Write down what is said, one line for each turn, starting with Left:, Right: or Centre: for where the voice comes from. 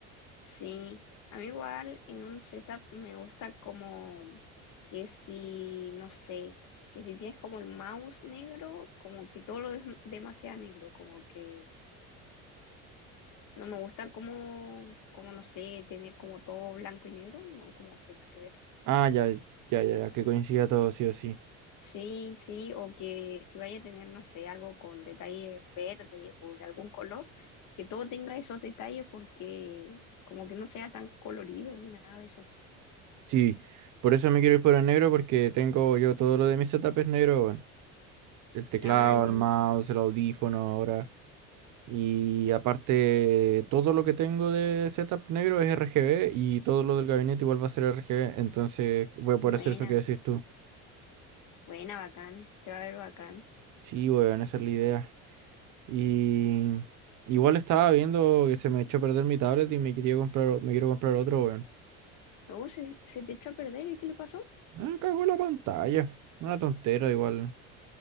Left: sí, a mí igual en un setup me gusta como que si, no sé, que si tienes como el mouse negro, como que todo lo es demasiado negro, como que no me gusta como, como no sé, tener como todo blanco y negro, no, como que nada que ver.
Right: Ah, ya, ya, ya, ya, que coincida todo, sí o sí.
Left: Sí, sí, o que si vaya a tener, no sé, algo con detalles verdes o de algún color, que todo tenga esos detalles porque como que no sea tan colorido ni nada de eso.
Right: Sí, por eso me quiero ir por el negro porque tengo yo todo lo de mi setup es negro, bueno. El teclado,
Left: Ah, entiendo.
Right: el mouse, el audífono ahora. Y aparte, todo lo que tengo de setup negro es RGB y todo lo del gabinete igual va a ser RGB. Entonces voy a poder
Left: Buena,
Right: hacer eso que decís tú.
Left: buena, bacán, se va a ver bacán.
Right: Sí, weón, esa es la idea. Y igual estaba viendo que se me echó a perder mi tablet y me quería comprar, o- me quiero comprar otro, weón.
Left: Oh, se, se te echó a perder, ¿y qué le pasó?
Right: Ah, cago en la pantalla. Una tontera igual.